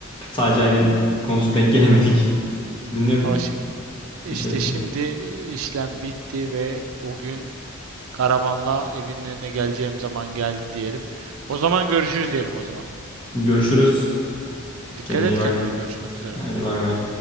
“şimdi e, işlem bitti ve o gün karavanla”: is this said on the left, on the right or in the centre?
Right